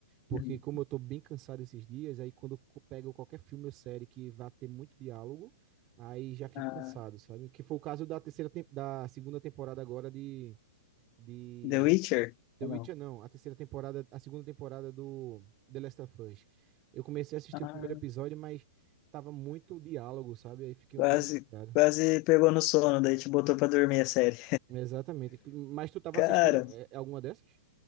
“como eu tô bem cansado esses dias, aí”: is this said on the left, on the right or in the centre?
Right